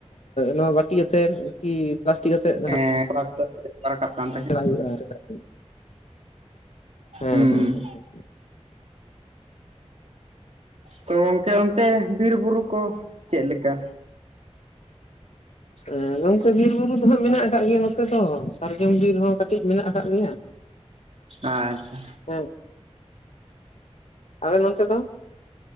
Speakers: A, on the left; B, on the right.
A: ᱱᱚᱣᱟ ᱵᱟᱴᱤ ᱟᱛᱮᱫ ᱠᱤ ᱯᱞᱟᱥᱴᱤᱠ ᱟᱛᱮᱫ
B: <inaudible> ᱨᱟᱠᱟᱵ ᱠᱟᱱ ᱛᱟᱭ,
A: ᱪᱟᱞᱟᱜ ᱦᱩᱭᱩᱜ <unintelligible> ᱦᱮᱸ
B: ᱦᱩᱸ
A: ᱦᱮᱸ ᱦᱮᱸ
B: ᱛᱚ ᱜᱚᱢᱠᱮ ᱚᱱᱛᱮ ᱵᱤᱨ ᱵᱩᱨᱩ ᱠᱚ ᱪᱮᱫ ᱞᱮᱠᱟ?
A: ᱦᱮᱸ ᱜᱚᱝᱠᱮ ᱵᱤᱨ ᱵᱩᱨᱩ ᱫᱚ ᱦᱟᱸᱜ ᱢᱮᱱᱟᱜ ᱠᱟᱜ ᱜᱮᱭᱟ ᱱᱚ ᱛᱮᱫᱚ ᱥᱟᱨᱡᱚᱢ ᱵᱤᱨ ᱦᱚᱸ ᱠᱟᱹᱴᱤᱡ ᱢᱮᱱᱟᱜ ᱠᱟᱜ ᱜᱮᱭᱟ᱾
B: ᱟᱪᱪᱷᱟ,
A: ᱦᱮᱸ, ᱟᱵᱮᱱ ᱚᱱᱛᱮ ᱫᱚ